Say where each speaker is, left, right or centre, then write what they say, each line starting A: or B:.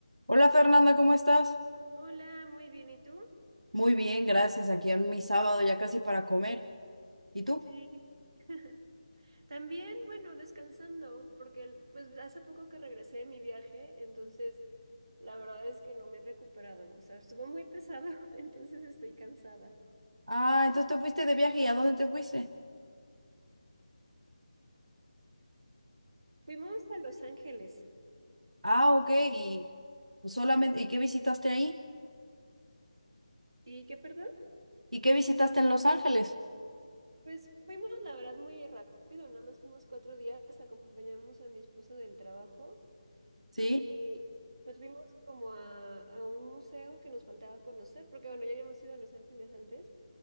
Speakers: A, on the right (about 80°); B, on the right (about 50°).
A: Hola Fernanda, ¿cómo estás?
B: Hola, muy bien, ¿y tú?
A: Muy bien, gracias. Aquí en mi sábado ya casi para comer. ¿Y tú?
B: Sí, <laughs> También, bueno, descansando, porque el- pues hace poco que regresé de mi viaje, entonces la verdad es que no me he recuperado, o sea, estuvo muy pesado, <laughs> entonces estoy cansada.
A: Ah, entonces te fuiste de viaje. ¿Y a dónde te fuiste?
B: Fuimos a Los Ángeles.
A: Ah, ok. ¿Y pues solamente, y qué visitaste ahí?
B: ¿Y qué, perdón?
A: ¿Y qué visitaste en Los Ángeles?
B: Pues fuimos, la verdad, muy rápido, nada más fuimos cuatro días, acompañamos a mi esposo del trabajo
A: Sí,
B: y pues fuimos como a, a un museo que nos faltaba conocer, porque bueno, ya habíamos ido a Los Ángeles antes.